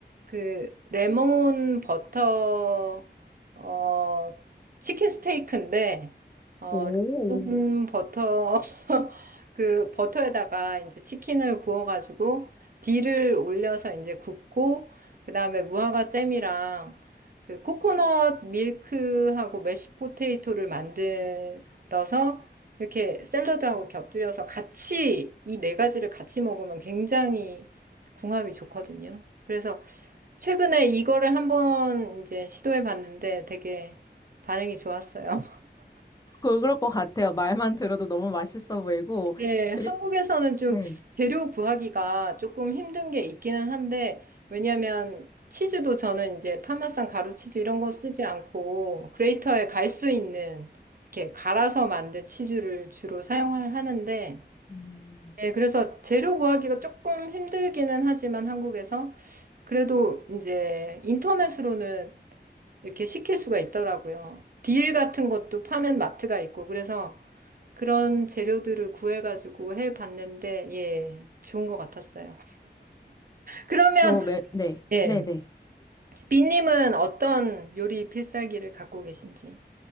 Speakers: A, on the right (about 55°); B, on the left (about 20°).
A: 그 레몬 버터 어 치킨 스테이크인데 어
B: 오,
A: 레몬 버터 <laughs> 그 버터에다가 이제 치킨을 구워가지고 딜을 올려서 이제 굽고 그다음에 무화과 잼이랑 그 코코넛 밀크하고 메쉬 포테이토를 만들어서 이렇게 샐러드하고 곁들여서 같이 이 네 가지를 같이 먹으면 굉장히 궁합이 좋거든요. 그래서 최근에 이거를 한번 이제 시도해 봤는데 되게 반응이 좋았어요.
B: 그럴 것 같아요. 말만 들어도 너무 맛있어 보이고,
A: 네,
B: 그리고,
A: 한국에서는 좀
B: 네.
A: 재료 구하기가 조금 힘든 게 있기는 한데, 왜냐면 치즈도 저는 이제 파마산 가루 치즈 이런 거 쓰지 않고, 그레이터에 갈 수 있는, 이렇게 갈아서 만든 치즈를 주로 사용을 하는데,
B: 음,
A: 네, 그래서 재료 구하기가 조금 힘들기는 하지만 한국에서, 그래도 이제 인터넷으로는 이렇게 시킬 수가 있더라고요. 딜 같은 것도 파는 마트가 있고, 그래서 그런 재료들을 구해가지고 해봤는데, 예, 좋은 것 같았어요. 그러면,
B: 요, 메, 네,
A: 예,
B: 네네.
A: 빈님은 어떤 요리 필살기를 갖고 계신지요?